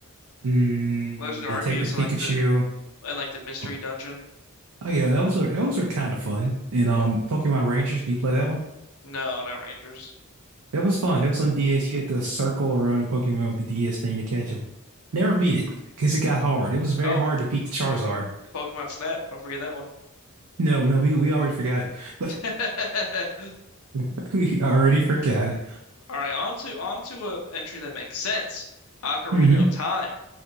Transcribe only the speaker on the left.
Legend of
Arceus and
like the and like the mystery
dungeon.
Yeah.
No, not Rangers.
Oh,
Pokemon Snap. Don't forget that one.
<laughs>
All right, on to on to a entry that makes sense. Ocarina
of Time.